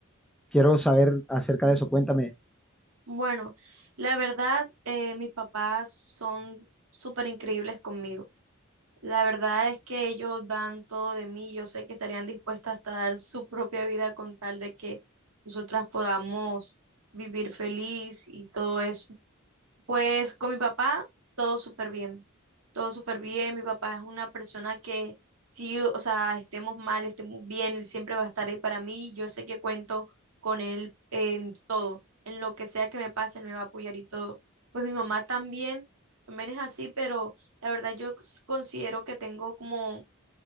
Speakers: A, in the centre; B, on the right.
A: quiero saber acerca de eso, cuéntame.
B: Bueno, la verdad, eh, mis papás son súper increíbles conmigo. La verdad es que ellos dan todo de mí. Yo sé que estarían dispuestos hasta dar su propia vida con tal de que nosotras podamos vivir feliz y todo eso. Pues con mi papá todo súper bien, todo súper bien. Mi papá es una persona que sí, o sea, estemos mal, estemos bien, él siempre va a estar ahí para mí. Yo sé que cuento con él en todo, en lo que sea que me pase, él me va a apoyar y todo. Pues mi mamá también, también es así, pero la verdad yo s- considero que tengo como